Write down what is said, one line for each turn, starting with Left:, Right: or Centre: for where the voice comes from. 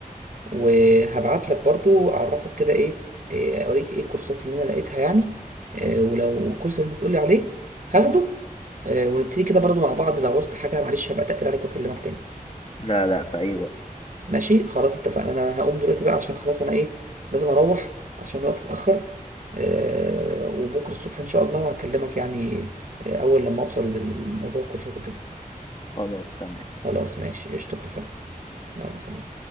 Right: وهبعت لك برضو اعرفك كده ايه, إيه اوريك ايه الكورسات اللي انا لقيتها يعني إيه ولو الكورس اللي انت تقولي عليه هاخده إيه ونبتدي كده برضو مع بعض لو عوزت حاجة معلش هبقى اتقل عليك واكلمك تاني
Left: لا لا في اي وقت
Right: ماشي خلاص اتفقنا انا هقوم دلوقتي بقى عشان خلاص انا ايه لازم اروح عشان الوقت اتأخر إيه وبكرة الصبح ان شاء الله هكلمك يعني إيه، اول لما اوصل للموضوع الكورسات وكده
Left: خلاص تمام
Right: خلاص ماشي قشطة اتفقنا يلا سلام